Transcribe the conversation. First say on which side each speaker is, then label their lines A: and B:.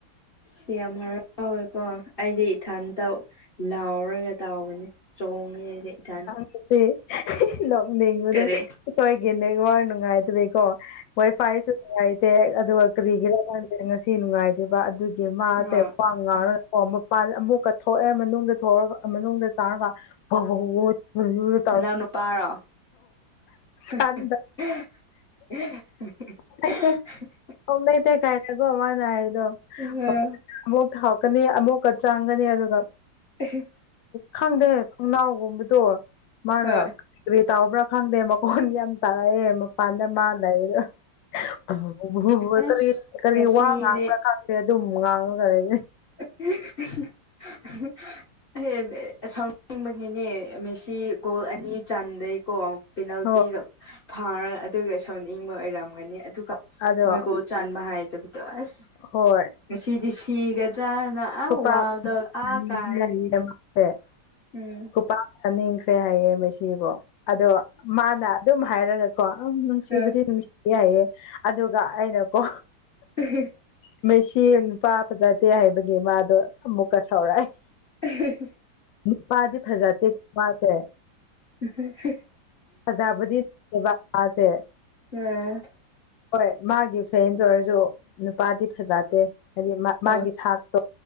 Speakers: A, on the left (about 35°); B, on the left (about 80°).
A: ꯁꯤ ꯌꯥꯝ ꯍꯔꯥꯎ <unintelligible> ꯋꯦꯀꯣ ꯑꯩꯗꯤ ꯏꯊꯟꯇ ꯂꯥꯎꯔꯒ ꯇꯥꯎꯕꯅꯦ ꯆꯣꯡꯉꯦ ꯑꯩꯗꯤ ꯏꯊꯟꯇ
B: <unintelligible> ꯅꯣꯛꯅꯤꯡꯕꯗꯣ
A: ꯀꯔꯤ
B: ꯑꯩꯈꯣꯏꯒꯤ ꯅꯦꯠꯋꯥꯛ ꯅꯨꯡꯉꯥꯏꯗꯕꯩꯀꯣ ꯍꯣꯏ ꯐꯥꯏꯁꯨ ꯅꯨꯡꯉꯥꯏꯇꯦ ꯑꯗꯨꯒ ꯀꯔꯤꯒꯤꯔ ꯈꯪꯗꯦ ꯉꯁꯤ ꯅꯨꯡꯉꯥꯏꯇꯦꯕ ꯑꯗꯨꯒꯤ ꯃꯥꯁꯦ
A: ꯑꯣ
B: <unintelligible>
A: ꯎꯝ
B: ꯑꯣ ꯃꯄꯥꯟ ꯑꯃꯨꯛꯀ ꯊꯣꯛꯑꯦ ꯃꯅꯨꯡꯗ ꯊꯣꯛꯒ ꯃꯅꯨꯡꯗ ꯆꯪꯉꯒ <unintelligible>
A: ꯃꯅꯥꯎ ꯅꯨꯄꯥꯔꯣ <unintelligible>
B: ꯀꯥꯟꯗ ꯂꯩꯇꯦ <unintelligible> ꯃꯥꯅ ꯍꯥꯏꯕꯗꯣ
A: <unintelligible>
B: ꯑꯃꯨꯛ ꯊꯣꯛꯀꯅꯤ ꯑꯃꯨꯛꯀ ꯆꯪꯒꯅꯤ ꯑꯗꯨꯒ
A: <unintelligible>
B: ꯈꯪꯗꯦ ꯈꯣꯡꯅꯥꯎꯒꯨꯝꯕꯗꯣ ꯃꯥꯅ
A: ꯍꯣꯏ
B: ꯀꯔꯤ ꯇꯥꯎꯕ꯭ꯔꯥ ꯈꯪꯗꯦ ꯃꯈꯣꯟ ꯌꯥꯝ ꯇꯥꯔꯛꯑꯦ ꯃꯄꯥꯟꯗ ꯃꯥ ꯂꯩꯕꯗꯣ <unintelligible>
A: ꯑꯁ
B: ꯀꯔꯤ
A: ꯉꯁꯤꯗꯤ
B: ꯋꯥ ꯉꯥꯡꯕ꯭ꯔꯥ ꯈꯪ ꯑꯗꯨꯝ ꯉꯥꯡꯉꯒ ꯂꯩꯕꯅꯦ
A: <unintelligible> ꯁꯥꯎꯅꯤꯡꯕꯒꯤꯅꯦ ꯃꯦꯁꯤ ꯒꯣꯜ ꯑꯅꯤ ꯆꯟꯕꯩꯀꯣ ꯄꯦꯅꯥꯜꯇꯤꯒ
B: ꯍꯣꯏ
A: ꯐꯥꯔꯒ ꯑꯗꯨꯒ ꯁꯥꯎꯅꯤꯡꯕ ꯑꯣꯏꯔꯝꯒꯅꯤ ꯑꯗꯨꯒ
B: ꯑꯗꯣ
A: ꯃꯣꯏ ꯒꯣꯜ ꯆꯟꯕ ꯍꯩꯇꯕꯗꯣ ꯑꯁ
B: ꯍꯣꯏ
A: ꯉꯁꯤꯗꯤ ꯁꯤꯒꯗ꯭ꯔꯥꯅ ꯑ
B: <unintelligible>
A: ꯋꯥꯕꯗ ꯑꯥ ꯀꯥꯔꯦ ꯎꯝ
B: ꯊꯥꯅꯤꯡꯈ꯭ꯔꯦ ꯍꯥꯏꯌꯦ ꯃꯦꯁꯤꯁꯤꯕꯨꯣ ꯑꯗꯣ ꯃꯥꯅ ꯑꯗꯨꯝ ꯍꯥꯏꯔꯒ ꯀꯣ ꯑ ꯅꯨꯡꯁꯤꯕꯗꯤ
A: ꯑ
B: ꯅꯨꯡꯁꯤꯕ ꯌꯥꯏꯌꯦ ꯑꯗꯨꯒ ꯑꯩꯅꯀꯣ
A: <unintelligible>
B: ꯃꯦꯁꯤ ꯅꯨꯄꯥ ꯐꯖꯗꯦ ꯍꯥꯏꯕꯒꯤ ꯃꯥꯗꯣ ꯑꯃꯨꯛꯀ ꯁꯥꯎꯔꯛꯑꯦ
A: <unintelligible>
B: ꯅꯨꯄꯥꯗꯤ ꯐꯖꯗꯦ ꯅꯨꯄꯥꯁꯦ
A: <unintelligible>
B: ꯐꯖꯥꯕꯨꯗꯤ ꯅꯠꯇꯦꯕ ꯃꯥꯁꯦ
A: ꯎꯝ
B: ꯍꯣꯏ ꯃꯥꯒꯤ ꯐ꯭ꯔꯦꯟꯁ ꯑꯣꯏꯔꯁꯨ ꯅꯨꯄꯥꯗꯤ ꯐꯖꯗꯦ ꯍꯥꯏꯗꯤ
A: ꯍꯣꯏ
B: ꯃꯥꯒꯤ ꯁꯥꯛꯇꯣ